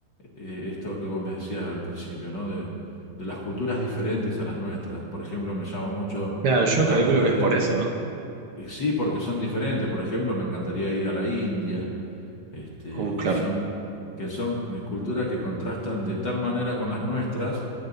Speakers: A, on the left; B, on the right.
A: eh, esto que vos me decías al principio, ¿no? De, de las culturas diferentes a las nuestras. Por ejemplo, me llama mucho
B: Claro, yo
A: la,
B: calculo
A: la
B: que es
A: te-
B: por eso, ¿no?
A: eh, sí, porque son diferentes. Por ejemplo, me encantaría ir a la India, este,
B: Uh,
A: que
B: claro.
A: son, que son eh, culturas que contrastan de tal manera con las nuestras